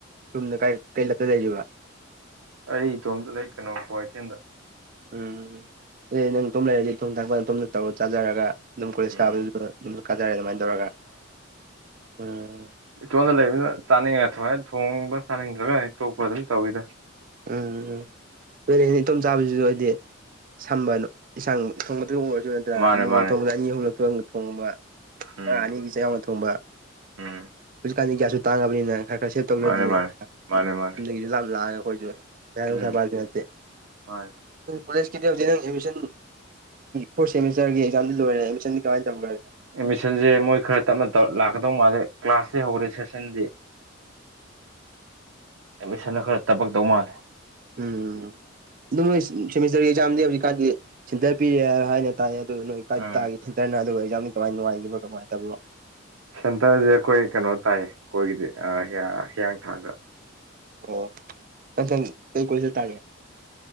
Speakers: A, on the right; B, on the right.
A: ꯔꯨꯝꯗ ꯀ ꯀꯩꯂꯛꯇ ꯂꯩꯔꯤꯕ
B: ꯑꯩ ꯏꯇꯣꯝꯇ ꯂꯩ ꯀꯩꯅꯣ ꯀ꯭ꯋꯥꯊꯦꯜꯗ
A: ꯎꯝ ꯑꯗꯨ ꯅꯪ ꯑꯇꯣꯝ ꯂꯩꯔꯗꯤ ꯊꯣꯡ ꯊꯥꯛꯄꯜ ꯑꯇꯣꯝꯗ ꯇꯧꯔ ꯆꯥꯖꯔꯒ ꯑꯗꯨꯝ ꯀꯣꯂꯦꯖ
B: ꯎꯝ
A: ꯀꯥꯕꯗꯨꯗ ꯑꯗꯨꯝ ꯀꯥꯖꯔꯦ ꯑꯗꯨꯃꯥꯏꯅ ꯇꯧꯔꯒ ꯎꯝ
B: ꯏꯇꯣꯟꯗ ꯂꯩꯕꯅꯤꯅ ꯆꯥꯅꯤꯡꯉ ꯊꯃꯥꯏꯅ ꯊꯣꯡꯕ ꯆꯥꯅꯤꯡꯗ꯭ꯔꯒ ꯇꯣꯛꯄ ꯑꯗꯨꯝ ꯇꯧꯋꯤꯗ
A: ꯎꯝꯝ ꯂꯣꯏꯔꯅꯤ ꯏꯇꯣꯝ ꯆꯥꯕꯁꯤꯗ ꯑꯩꯗꯤ ꯁꯝꯕꯅꯨ ꯏꯟꯥꯡ ꯊꯣꯡꯕꯗꯨꯕꯨ ꯑꯣꯏꯔꯁꯨ ꯅꯠꯇꯅ
B: ꯃꯥꯅꯦ
A: ꯑꯃꯨꯛ ꯑꯃꯨꯛ
B: ꯃꯥꯅꯦ
A: ꯊꯣꯡꯕꯗ ꯑꯅꯤ ꯑꯍꯨꯝꯂꯛꯇ ꯊꯣꯡꯕ
B: ꯎꯝ
A: ꯑꯅꯤꯒꯤꯁ ꯌꯥꯝꯅ ꯊꯣꯡꯕ
B: ꯎꯝ
A: ꯀꯥꯟꯗ ꯒ꯭ꯌꯥꯁꯁꯨ ꯇꯥꯡꯉꯕꯅꯤꯅ ꯈꯔ ꯈꯔ ꯁꯦꯞ ꯇꯧꯖ꯭ꯔꯗꯤꯅꯦ
B: ꯃꯥꯅꯦ ꯃꯥꯅꯦ ꯃꯥꯅꯦ ꯃꯥꯅꯦ
A: ꯌꯨꯝꯗꯒꯤꯁꯨ ꯂꯥ ꯂꯥꯛꯑꯒ ꯑꯩꯈꯣꯏꯁꯨ ꯔꯁꯥꯄꯥꯥꯅꯠꯇꯦ
B: ꯎꯝ ꯃꯥꯅꯦ
A: ꯅꯪ ꯀꯣꯂꯦꯖꯀꯤꯗꯤ ꯍꯧꯖꯤꯛ ꯅꯪ ꯑꯦꯗꯃꯤꯁꯟ ꯐꯣꯔꯠꯦꯃꯤꯁꯇꯔꯒꯤ ꯑꯦꯛꯖꯥꯝꯗꯤ ꯂꯣꯏꯔꯦ ꯑꯦꯗꯃꯤꯁꯟꯗꯤ ꯀꯃꯥꯏꯅ ꯇꯧ ꯂꯣꯏꯔꯦ
B: ꯑꯦꯠꯃꯤꯁꯟꯁꯦ ꯃꯣꯏ ꯈꯔ ꯇꯞꯅ ꯂꯥꯛꯀꯗꯧ ꯃꯥꯜꯂꯦ ꯀ꯭ꯂꯥꯁꯇ ꯍꯧꯔꯦ ꯁꯦꯁꯟꯗꯤ
A: <unintelligible>
B: ꯑꯦꯠꯃꯤꯁꯟꯅ ꯈꯔ ꯊꯕꯛ ꯇꯧ ꯃꯥꯜꯂꯦ
A: ꯎꯝ ꯑꯗꯨꯝꯣꯏ ꯁꯦꯃꯤꯁꯇꯔꯒꯤ ꯑꯦꯛꯖꯥꯝꯗꯤ ꯍꯧꯖꯤꯛꯀꯥꯟꯗꯤ ꯁꯤꯟꯊꯔ ꯄꯤꯔꯦ ꯍꯥꯏ ꯍꯥꯏꯅ ꯇꯥꯏ ꯑꯗꯨꯣ ꯅꯣꯏ ꯀꯥꯏ
B: ꯎꯝ
A: ꯇꯥꯒꯦ ꯈꯟꯇꯅ ꯑꯗꯨꯒ ꯑꯩꯛꯖꯥꯝ ꯀꯃꯥꯏ ꯅꯨꯡꯉꯥꯏꯈꯤꯕꯅ ꯅꯨꯡꯉꯥꯏꯇꯕ꯭ꯔꯣ
B: ꯁꯦꯟꯇꯔꯁꯦ ꯑꯩꯈꯣꯏ ꯀꯩꯅꯣ ꯇꯥꯏꯌꯦ ꯑꯩꯈꯣꯏꯒꯤꯗꯤ ꯍꯤꯌꯥꯡꯊꯥꯡꯗ
A: ꯑꯣ ꯅꯪꯊꯪ ꯀꯩ ꯀꯣꯏ ꯆꯠ ꯇꯥꯒꯦ